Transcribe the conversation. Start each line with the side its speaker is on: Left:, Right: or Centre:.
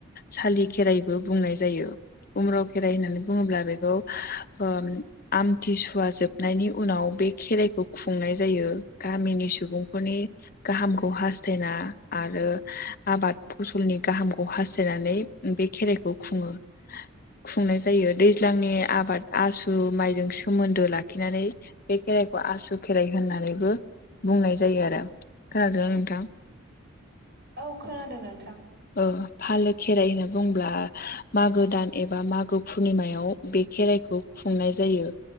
Left: सालि खेराइबो बुंनाय जायो। उम्राव खेराइ होननानै बुङोब्ला बेखौ ओ आमथि सुवा जोबनायनि उनाव बे खेराइखौ खुंनाय जायो। गामिनि सुबुंफोरनि गाहामखौ हास्थायना आरो आबाद फसलनि गाहामखौ हास्थायनानै बे खेराइखौ खुङो। खुंनाय जायो दैज्लांनि आबाद आसु माइजों सोमोन्दो लाखिनानै बे खेराइखौ आसु खेराइ होननानैबो बुंनाय जायो आरो खोनादों ना नोंथां।
Right: औ खोनादों नोंथां।
Left: ओ फालो खेराइ होनना बुङोब्ला मागो दान एबा मागो पुर्निमायाव बे खेराइखौ खुंनाय जायो।